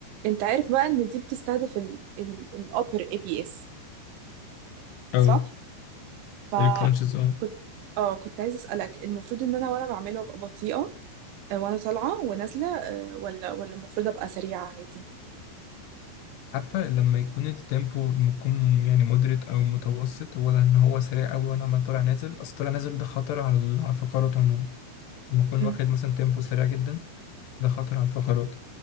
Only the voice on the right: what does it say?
عارف بقى ان دي بتستهدف الابر اي بي اس
صح فكنت
اه كنت عايز اسالك المفروض ان انا وانا بعمله ابقى بطيئه آه، وانا طالعه ونازله آه، ولا ولا المفروض ابقى سريعه عادي
مم.